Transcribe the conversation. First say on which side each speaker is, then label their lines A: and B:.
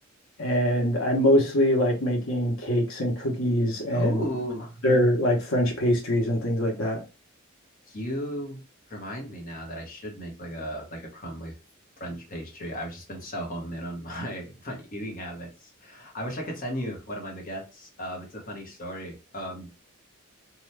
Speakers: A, on the left; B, on the left.
A: And I am mostly like making cakes and cookies and
B: oh,
A: other like French pastries and things like that.
B: You remind me now that I should make like a like a crumbly French pastry. I've just been so honed in on my <laughs> my eating habits. I wish I could send you one of my baguettes. Um, it's a funny story. Um,